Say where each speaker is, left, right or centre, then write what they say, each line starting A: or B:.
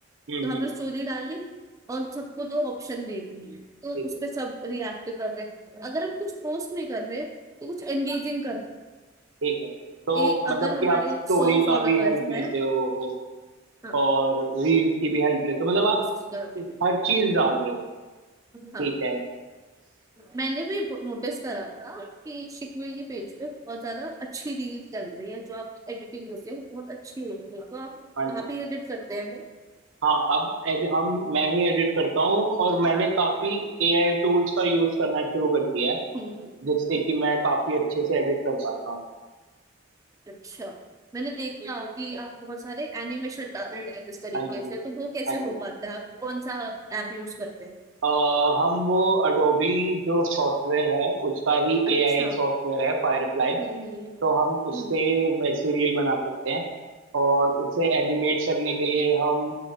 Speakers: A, on the right (about 80°); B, on the right (about 15°).
A: हम्म
B: तो हमने
A: हम्म
B: स्टोरी डाली और सबको दो ऑप्शन दे दिए तो
A: ठीक
B: उस
A: है
B: पे सब रिएक्ट कर रहे हैं अगर हम कुछ पोस्ट नहीं कर रहे तो कुछ एंगेजिंग कर
A: ठीक है तो
B: एक अगर
A: मतलब कि
B: हमारे
A: आप स्टोरी
B: सौ फॉलोअर्स
A: का भी हेल्प लेते
B: है
A: हो हो,
B: हाँ
A: और रील्स की भी हेल्प लेते हो मतलब
B: पोस्ट
A: आप
B: कर भी
A: हर चीज डाल रहे हो
B: हाँ
A: ठीक है
B: मैंने भी नोटिस करा था कि शिकवीर के पेज पे बहुत ज्यादा अच्छी रील चल रही है जो आप एडिटिंग होती है बहुत अच्छी होती है तो आप
A: हाँ
B: आप
A: जी
B: ही एडिट करते हैं वो
A: हाँ अब एड, हम मैं ही एडिट करता हूँ और मैंने काफी एआई टूल्स का यूज करना शुरू कर दिया है
B: हम्म, हम्म,
A: जिससे
B: हम्म।
A: कि मैं काफी अच्छे से एडिट कर पाता हूँ
B: अच्छा मैंने देखा कि आप बहुत सारे एनिमेशन डालते हैं इस तरीके
A: हाँ जी
B: से तो वो कैसे
A: हाँ जी
B: हो पाता है आप कौन सा ऐप यूज करते हैं
A: अ, हम वो अडोबी जो सॉफ्टवेयर है उसका ही एआई
B: अच्छा
A: सॉफ्टवेयर है फायरफ्लाई
B: हम्म हम्म
A: तो हम उससे
B: हम्म।
A: वैसे रील बना सकते हैं और उसे एनिमेट करने के लिए हम